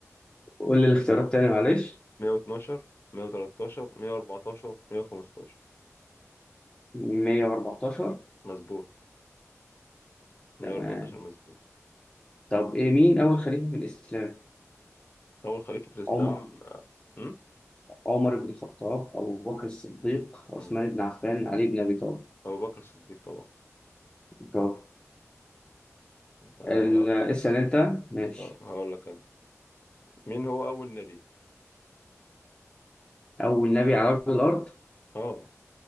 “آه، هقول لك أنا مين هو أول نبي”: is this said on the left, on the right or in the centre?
Left